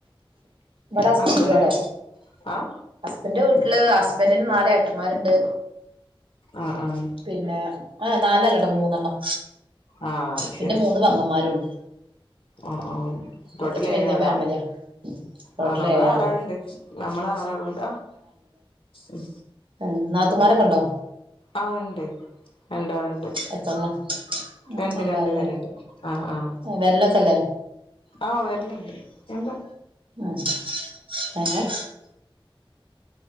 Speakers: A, on the right; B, on the left.
A: ബ്ടെ ഹസ്ബന്റിൻ്റോടെ
B: ഹസ്ബൻഡിന്റെ വീട്ടി ആഹ്
A: ഹസ്ബന്റ് വീട്ട്ല് ഹസ്ബന്റ്ന് നാല് ഏട്ടന്മാരുണ്ട്.
B: ആഹ് ആഹ്
A: പിന്നെ ആഹ് നാലല്ലട്ടൊ മൂന്നണ്ണം.
B: ആഹ്
A: പിന്നെ
B: ശരി
A: മൂന്ന് പെങ്ങന്മാരുണ്ട്.
B: ആഹ് ആഹ് ട്ടോട്ടൽ
A: അത്യാവശ്യം വല്യ
B: ഏഴാളാ?
A: ഫാമിലിയാ ടോട്ടൽ
B: ആഹ് നമ്മള്
A: ഏഴാള്
B: ആറാള്ണ്ട് നമ്മള ആറാളുംണ്ട് ആഹ് ഉം
A: ഏഹ് നാത്തൂമാരൊക്കെ ണ്ടോ?
B: ആഹ് ഇണ്ട് രണ്ടാള്
A: എത്രണ്ണം ഉം
B: രണ്ട്
A: ഉണ്ടാവല്ലേ
B: രണ്ട് പേര്ണ്ട് ആഹ് ആഹ്.
A: വരലൊക്കെല്ലേ
B: ആഹ് വരല്ണ്ട് എന്താ
A: ഏ <inaudible>